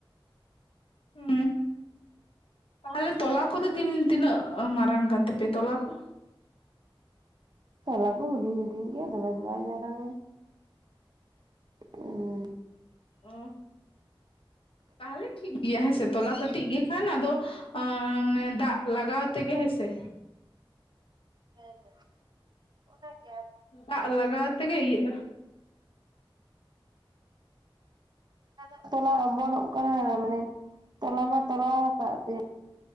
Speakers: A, on the left; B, on the right.
A: ᱦᱩ ᱛᱟᱦᱚᱞᱮ ᱛᱚᱞᱟ ᱠᱚᱫᱚ ᱛᱤᱱ ᱛᱤᱱᱟᱹᱜ ᱢᱟᱨᱟᱝ ᱠᱟᱱ ᱛᱟᱯᱮᱭᱟ ᱛᱚᱞᱟ ᱠᱚ?
B: ᱛᱟᱞᱟ ᱠᱚ ᱦᱩᱰᱤᱧ ᱦᱩᱰᱤᱧ ᱜᱮᱭᱟ ᱛᱚᱵᱮ ᱫᱚ ᱵᱟᱭ ᱢᱟᱨᱟᱝ ᱟ᱾ ᱚ
A: ᱚ ᱛᱟᱦᱚᱞᱮ ᱴᱷᱤᱠ ᱜᱮᱭᱟ ᱦᱮᱸ ᱥᱮ ᱛᱚᱞᱟ ᱠᱟᱹᱴᱤᱡ ᱜᱮ ᱠᱷᱟᱱ ᱟᱫᱚ ᱢᱟᱱᱮ ᱫᱟᱜ, ᱞᱟᱜᱟᱣ ᱛᱮᱜᱮ ᱦᱮᱸ ᱥᱮ,
B: ᱦᱮᱸ ᱦᱮᱸ ᱚᱱᱟ ᱜᱮ᱾
A: ᱫᱟᱜ ᱞᱟᱜᱟᱣ ᱛᱮᱜᱮ ᱤᱭᱟ-ᱟ᱾
B: ᱟᱫᱚ ᱛᱚᱞᱟ ᱚᱢᱚᱱᱚᱜ ᱠᱟᱱᱟ ᱢᱟᱱᱮ ᱛᱚᱞᱟ ᱢᱟ ᱛᱚᱞᱟᱣ ᱟᱠᱟᱫ ᱛᱮ,